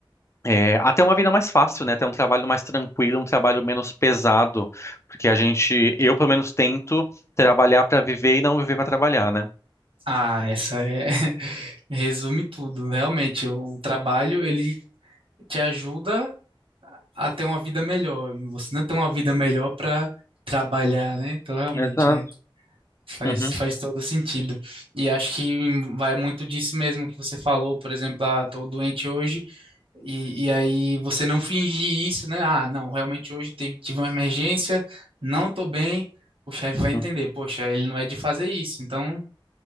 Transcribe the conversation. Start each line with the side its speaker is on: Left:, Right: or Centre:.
Left: é, até uma vida mais fácil, né, até um trabalho mais tranquilo, um trabalho menos pesado, porque a gente, eu pelo menos tento trabalhar para viver e não viver para trabalhar, né?
Right: Ah, essa é. <laughs> Resume tudo, realmente. O trabalho, ele te ajuda a ter uma vida melhor. E Você não tem uma vida melhor para trabalhar, né? Então, realmente,
Left: Exato.
Right: é, faz,
Left: Uhum,
Right: faz todo sentido. E acho que vai muito disso mesmo que você falou, por exemplo, ah, tô doente hoje, e, e aí você não fingir isso, né? Ah, não, realmente hoje teve- tive uma emergência, não tô bem, o chefe
Left: uhum,
Right: vai entender, poxa, ele não é de fazer isso, então,